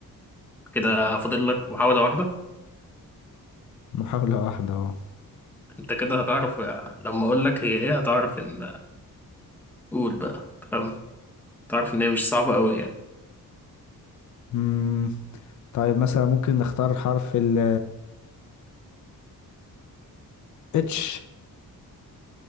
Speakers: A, in the centre; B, on the left.
A: كده فاضل لك محاولة واحدة
B: محاولة واحدة اهو
A: انت كده هتعرف آه، لما اقول لك هي ايه هتعرف ان قول بقى تمام تعرف ان هي مش صعبة قوي يعني
B: مم، طيب مثلا ممكن نختار حرف ال اتش